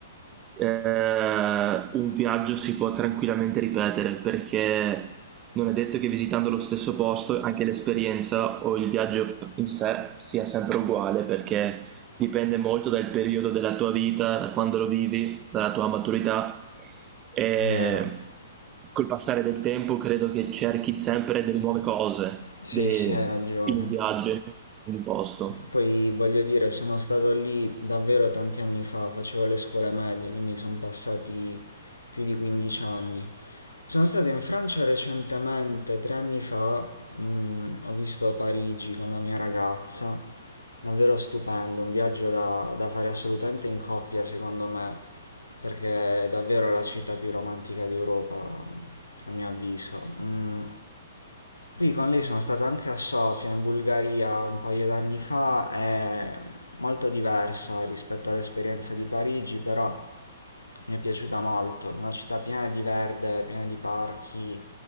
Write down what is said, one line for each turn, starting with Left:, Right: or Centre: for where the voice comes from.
Right: eh, un viaggio si può tranquillamente ripetere perché non è detto che visitando lo stesso posto anche l'esperienza o il viaggio in sé sia sempre uguale perché dipende molto dal periodo della tua vita, da quando lo vivi, dalla tua maturità e
Left: Vero.
Right: col passare del tempo credo che cerchi sempre delle nuove cose
Left: Sì,
Right: de-
Left: sì, hai ragione.
Right: in un viaggio, in un posto.
Left: Poi voglio dire, sono stato lì davvero tanti anni fa, facevo le scuole medie, quindi sono passati più di 15 anni. Sono stato in Francia recentemente, tre anni fa, mm, ho visto Parigi con la mia ragazza, davvero stupendo, un viaggio da, da fare assolutamente in coppia secondo me, perché è davvero la città più romantica d'Europa, a mio avviso. Mm, poi con lei sono stato anche a Sofia, in Bulgaria, un paio d'anni fa, è molto diversa rispetto all'esperienza di Parigi, però mi è piaciuta molto, una città piena di verde, piena di parchi,